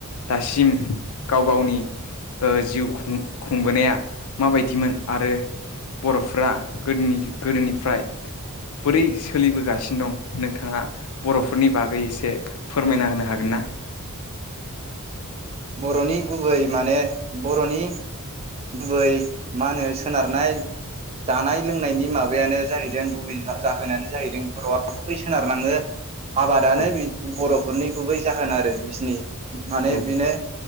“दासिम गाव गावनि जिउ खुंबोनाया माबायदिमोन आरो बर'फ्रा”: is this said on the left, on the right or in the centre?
Left